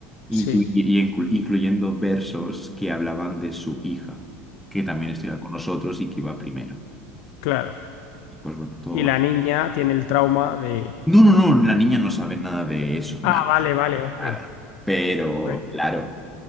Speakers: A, in the centre; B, on the left.
A: inclu-
B: sí,
A: y inclu- incluyendo versos que hablaban de su hija, que también estudiaba con nosotros y que iba primero.
B: claro.
A: Y pues bueno, todo
B: Y
A: va.
B: la niña tiene el trauma de,
A: No, no, no, la niña no sabe nada de eso,
B: ah,
A: nada,
B: vale, vale, vale.
A: nada. Pero
B: Por-
A: claro,